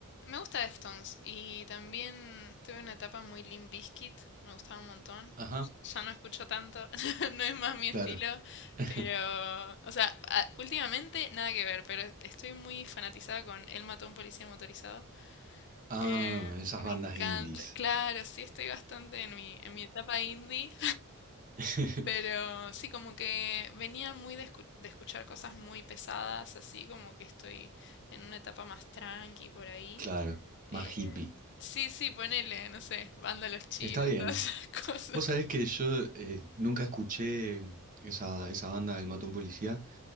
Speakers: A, on the left; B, on the right.
A: me gusta Deftones. Y también tuve una etapa muy Limp Bizkit, me gustaba un montón.
B: Ajá,
A: Ya no escucho tanto, <laughs> no es más mi estilo,
B: claro. <laughs>
A: pero, o sea, a- últimamente nada que ver, pero estoy muy fanatizada con Él mató a un policía motorizado.
B: Ah,
A: Eh,
B: esas
A: me
B: bandas
A: encanta,
B: indies.
A: claro, sí, estoy bastante en mi, en mi etapa indie.
B: <laughs>
A: Pero sí, como que venía muy de, escu- de escuchar cosas muy pesadas, así como que estoy en una etapa más tranqui por ahí.
B: Claro, más
A: Em,
B: hippie.
A: sí, sí, ponele, no sé, banda Los Chinos,
B: Está bien,
A: todas esas <laughs> cosas.
B: Vos sabés que yo eh, nunca escuché mm, esa, esa banda del Matón Policía,